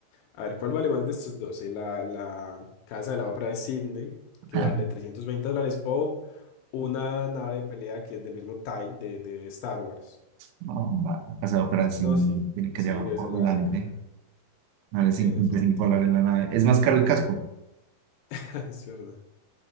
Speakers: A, on the left; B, on the right.
A: a ver, ¿cuál vale más de estos dos? Eh, La, la casa de la ópera de Sydney, que
B: <laughs>
A: vale 320 dólares, o una nave de pelea que es del mismo TIE de, de Star Wars.
B: No, va, la casa de ópera sí
A: No,
B: me
A: sí,
B: tiene que
A: sí,
B: llevar
A: debe
B: adelante.
A: ser la, la caja.
B: Vale
A: En
B: 55
A: efecto,
B: dólares la nave. Es más caro el casco.
A: <laughs> es verdad.